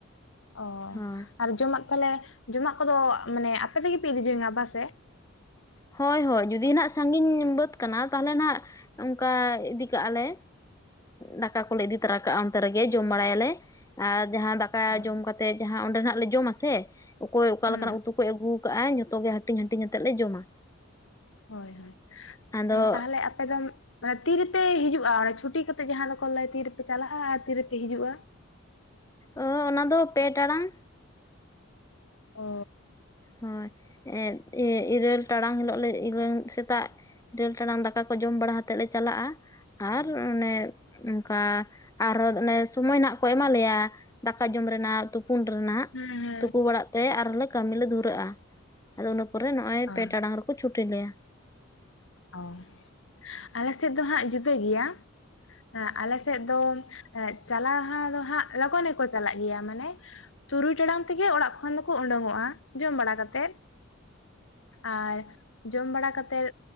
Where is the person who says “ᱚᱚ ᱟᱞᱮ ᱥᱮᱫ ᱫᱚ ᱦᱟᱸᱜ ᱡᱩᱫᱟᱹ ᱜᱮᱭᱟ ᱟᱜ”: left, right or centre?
Left